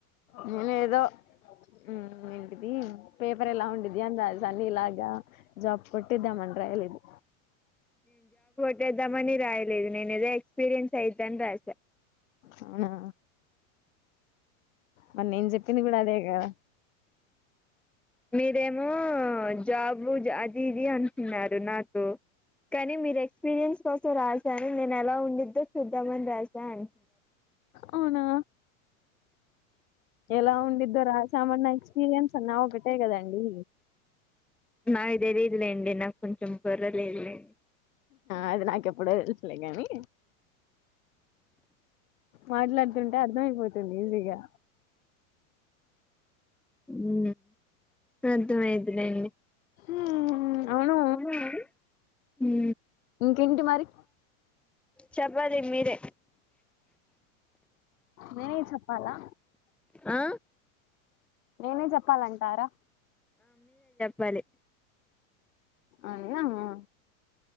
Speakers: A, on the left; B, in the centre.
A: నేను ఏదో ఉమ్. ఏంటిది. పేపర్ ఎలా ఉంటుంద్ది అని రాసాను నీల జాబ్ జాబ్ కొట్టద్దమని రాలేదు.
B: ద్దామని రాయలేదు నేను ఏదో ఎక్స్పీరియన్స్ అయత అని రాసా
A: అవునా మరి నేను చెప్పింది కూడా అదే కదా
B: మీరేమో జాబు అది ఇది అంటున్నారు నాతో కానీ మీరు ఎక్స్పీరియన్స్ కోసం రాశాను నేను ఎలా ఉండిద్దో చూద్దామని రాసాను
A: అవునా ఎలా ఉండిద్దో రాసామన్న ఎక్స్పీరియన్స్ అన్నా ఒకటే కదండి
B: నాకు తెలీదు లేండి నాకు కొంచెం బుర్ర లేదులేండి
A: అది నాకెప్పుడో తెలుసులే కానీ మాట్లాడతుంటే అర్థం అయిపోతుంది ఈజీ గా
B: ఊ అర్థం అయ్యిదిలెండి
A: మ్మ్ అవును
B: అవున అండి ఊ
A: ఇంకేంటి మరి
B: చెప్పాలి మీరే
A: నేనే చెప్పాలా
B: ఆ
A: నేనే చెప్పాలంటారా
B: పాలీ
A: అవునా